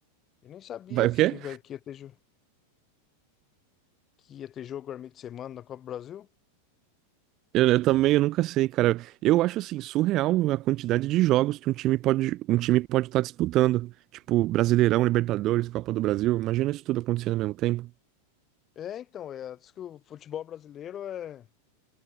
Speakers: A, on the left; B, on the right.
A: Eu nem sabia
B: Vai
A: esse
B: o quê?
A: que, vai, que, ia ter, jo- que ia ter jogo no meio de semana na Copa do Brasil.
B: Eu, eu também, eu nunca sei, cara. Eu acho assim surreal a quantidade de jogos que um time pode, um time pode estar disputando, tipo Brasileirão, Libertadores, Copa do Brasil. Imagina isso tudo acontecendo ao mesmo tempo.
A: É, então, é, diz que o futebol brasileiro é.